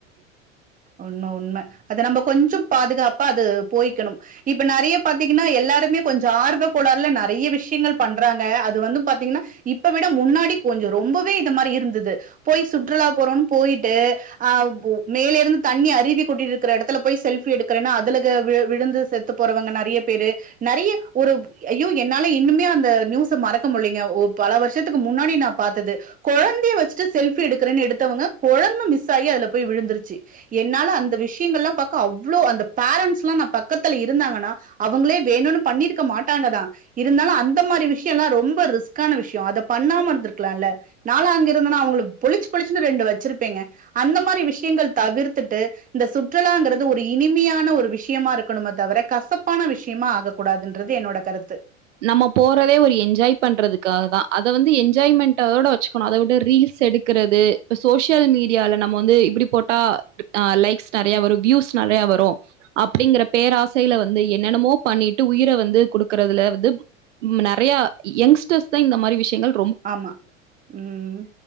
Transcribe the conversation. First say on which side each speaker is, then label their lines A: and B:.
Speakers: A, on the right; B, on the right.
A: உண்ம உண்ம அத நம்ப கொஞ்சொ பாதுகாப்பா அது போய்க்கணும். இப்ப நெறைய பாத்தீங்கனா எல்லாருமே கொஞ்ச ஆர்வ கோளாறுல நெறைய விஷயங்கள் பண்றாங்க. அது வந்து பாத்தீங்கனா இப்ப விட முன்னாடி கொஞ்ச ரொம்பவே இந்த மாரி இருந்தது. போய் சுற்றுலா போறோனு போயிட்டு ஆ ஓ மேலேருந்து தண்ணி அருவி கொட்டிட்டுருக்கற எடத்துல போய் செல்ஃபி எடுக்கறேன்னு அதுல க வி விழுந்து செத்து போறவங்க நெறைய பேரு நெறைய ஒரு ஐயோ என்னால இன்னுமே அந்த நியூஸ மறக்க முடிலைங்க. பல வருஷத்துக்கு முன்னாடி நா பாத்தது கொழந்தைய வச்சுட்டு செல்ஃபி எடுக்குறேனு எடுத்தவங்க கொழந்த மிஸ் ஆயி அதுல போய் விழுந்துருச்சு. என்னால அந்த விஷ்யங்கல்லா பாக்க அவ்ளோ அந்த பேரன்ட்ஸ்லா நா பக்கத்துல இருந்தாங்கனா அவுங்களே வேணுனு பண்ணிருக்க மாட்டாங்கதா இருந்தாலு அந்த மாரி விஷ்யலா ரொம்ப ரிஸ்க்கான விஷ்யோ அத பண்ணாம இருந்துருக்கலால. நான்லா அங்க இருந்தன்னா அவுங்கள பொலிச் பொலிச்சுனு ரெண்டு வச்சிருப்பேங்க. அந்த மாரி விஷ்யங்கள் தவிர்த்துட்டு இந்த சுற்றுலாங்கறது ஒரு இனிமையான ஒரு விஷ்யமா இருக்கணுமே தவிர கசப்பான விஷ்யமா ஆக கூடாதுன்றது என்னோட கருத்து.
B: நம்ம போறதே ஒரு என்ஜாய் பண்றதுக்காகதா. அத வந்து என்ஜாய்மெண்டோட வச்சுக்கணு. அத விட்டு ரீல்ஸ் எடுக்கறது இப்ப சோசியல் மீடியால நம்ம வந்து இப்டி போட்டாஆ லைக்ஸ் நெறய வரு வியூஸ் நெறய வரு அப்டிங்கற பேராசைல வந்து என்னென்னமோ பண்ணிட்டு உயிர வந்து குடுக்கறதுல வ ந்து ம் நெறயா யெ யெங்ஸ்டர்ஸ்தா இந்த மாரி விஸ்யங்கள்
A: ஆமா ம்